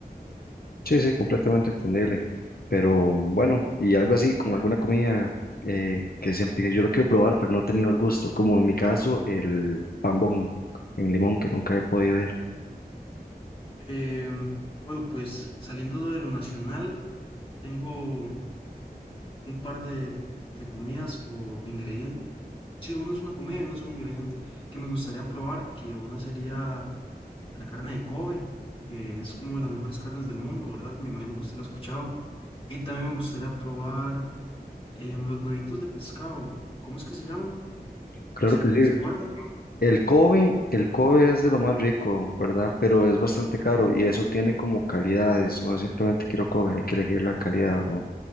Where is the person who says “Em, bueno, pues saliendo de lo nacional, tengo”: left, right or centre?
Left